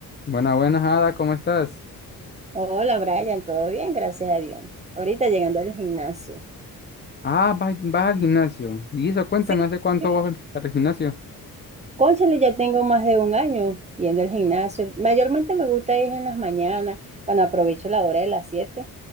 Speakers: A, on the left; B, on the right.
A: Buenas, buenas, Ada, ¿cómo estás?
B: Hola Brian, todo bien, gracias a Dios. Ahorita llegando al gimnasio.
A: Ah, vas, vas al gimnasio. Y eso, cuéntame,
B: Sí,
A: ¿hace cuánto
B: sí.
A: vas al- para el gimnasio?
B: Cónchale, ya tengo más de un año yendo al gimnasio. Mayormente me gusta ir en las mañanas, cuando aprovecho la hora de las 7,